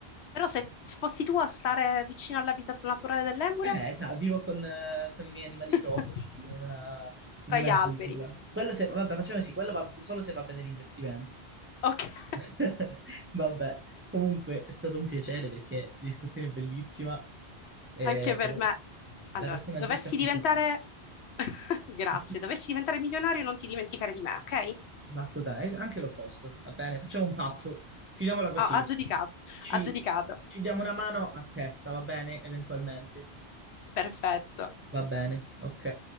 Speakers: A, on the left; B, on the right.
A: però se fossi tu a stare vicino all'habitat naturale dell'Emure,
B: Eh, sa, vivo con, eh, con i miei animali esotici
A: <laughs>
B: in una, in
A: tra
B: una
A: gli alberi.
B: giungla. Quello se, vabbè, facciamo sì, quello va solo se va bene l'investimento.
A: Ok, <laughs>
B: <laughs> Vabbè, comunque è stato un piacere perché la discussione è bellissima. eh,
A: anche per me. Allora,
B: la persona
A: dovessi
B: giusta che
A: diventare...
B: mi fa.
A: <laughs> Grazie,
B: <laughs>
A: dovessi diventare milionario non ti dimenticare di me, ok?
B: Assolutamente, anche l'opposto. Va bene, facciamo un patto. Chiudiamola così.
A: Ah, ha giudicato,
B: Ci,
A: ha giudicato.
B: ci diamo una mano a testa, va bene? Eventualmente.
A: Perfetto.
B: Va bene, ok,